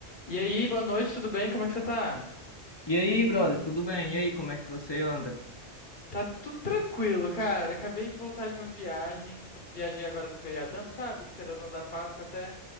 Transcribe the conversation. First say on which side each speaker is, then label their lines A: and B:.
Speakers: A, on the left; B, on the left.
A: E aí, boa noite, tudo bem? Como é que você tá?
B: E aí, brother, tudo bem? E aí, como é que você anda?
A: Tá tudo tranquilo, cara. Acabei de voltar de uma viagem. Viajei agora no feriadão, sabe? Esse feriadão da Páscoa até